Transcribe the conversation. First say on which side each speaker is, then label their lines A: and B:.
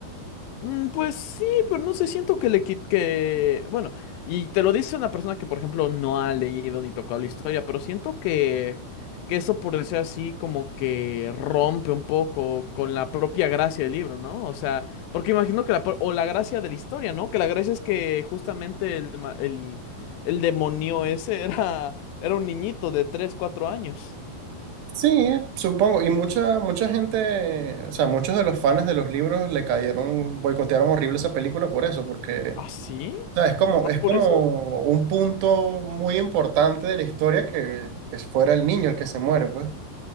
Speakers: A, on the left; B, on the right.
A: Mm, Pues sí, pero no sé, siento que le quit que, bueno, y te lo dice una persona que, por ejemplo, no ha leído ni tocado la historia, pero siento que, que eso, por decir así, como que rompe un poco con la propia gracia del libro, ¿no? O sea, porque imagino que la, pro- o la gracia de la historia, ¿no? Que la gracia es que justamente el, ma- el, el demonio ese <laughs> era, era un niñito de tres cuatro años.
B: Sí, supongo. Y mucha, mucha gente, o sea, muchos de los fans de los libros le cayeron, boicotearon horrible esa película por eso, porque
A: ¿Ah, sí?
B: sea, es como,
A: ¿Nomás
B: es
A: por
B: como
A: eso?
B: un punto muy importante de la historia que, que fuera el niño el que se muere, pues.